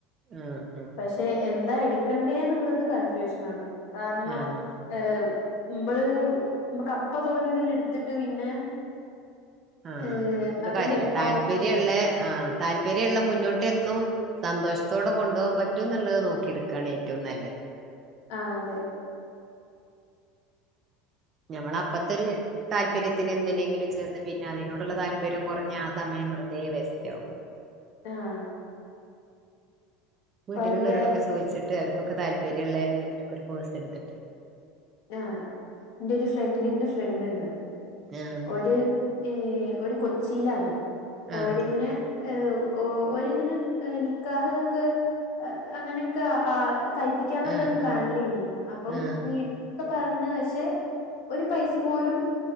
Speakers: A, on the right; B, on the left.
A: ആഹ് ആഹ്-
B: പഷെ എന്താ എടുക്കണ്ടേന്നുള്ളത് കൺഫ്യൂഷനാണ് കാരണം-
A: ആഹ്
B: ഹേ മ്മ്ള് മ്മ്ക്കപ്പ തോന്നിതില്ടുത്തിട്ട് പിന്നെ.
A: ആഹ്
B: ഏഹ്
A: ന്ന്ട്ട്കാര്യല്ല
B: അത് ചെലപ്പോ
A: താല്പര്യള്ള ആഹ് താല്പര്യള്ള മുന്നോട്ടെന്നും. സന്തോഷ്ത്തോടെ കൊണ്ടുവാൻ പറ്റും ന്നുള്ളത് നോക്കിടുക്വാണ് ഏറ്റവും നല്ലത്.
B: ആഹ് അതെ.
A: ഞമ്മള അപ്പത്തെര്. താല്പര്യത്തിന് എന്തിനെങ്കിലും ചേർന്ന് പിന്നെ അതിനോടുള്ള താല്പര്യം കുറഞ്ഞ ആ സമയം വെറുതെ വേസ്റ്റാവും.
B: ആഹ് -
A: വീട്ടിലുള്ളവരടൊക്കെ
B: എന്റെ
A: ചോയിചിട്ട് അവർകൊക്കെ താല്പര്യള്ള എന്തെങ്കിലുക്കെ ഒരു കോഴ്സ് എടുത്തിട്ട്.
B: ആഹ് എന്റെ ഒരു ഫ്രണ്ടിന്റെ ഫ്രണ്ട്ണ്ട്
A: ആഹ്
B: ഓര്. ഏയ് ഓരു കൊച്ചിയിലാണ് അപ്പൊവരിങ്ങനെ.
A: ആഹ്
B: ഏഹ് ഓ ഒരിങ്ങനെ നിക്കാഹ് ഒക്കെ അങ്ങനെയൊക്കെ ആഹ്. കഴപ്പിക്കാന്നുള്ളൊരു
A: ആഹ്
B: പ്ലാനിലേനി
A: ആഹ്
B: അപ്പം
A: ആഹ്
B: വീട്ട് പറഞ്ഞ് പഷെ. ഒരു പൈസ പോലും